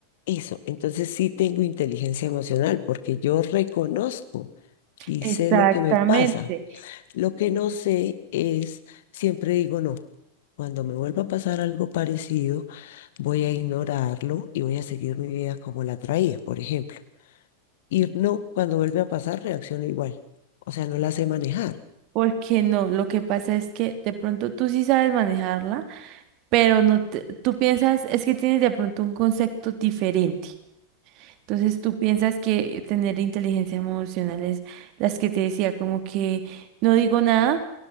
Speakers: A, on the left; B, on the right.
A: eso. Entonces sí tengo inteligencia emocional porque yo reconozco. y
B: Exactamente.
A: sé lo que me pasa. Lo que no sé es, siempre digo no. Cuando me vuelva a pasar algo parecido, voy a ignorarlo y voy a seguir mi vida como la traía, por ejemplo. Y no, cuando vuelve a pasar, reacciono igual. O sea, no la sé manejar.
B: Porque no, lo que pasa es que de pronto tú sí sabes manejarla, pero no te- tú piensas, es que tienes de pronto un concepto diferente. Entonces tú piensas que tener inteligencia emocional es las que te decía, como que no digo nada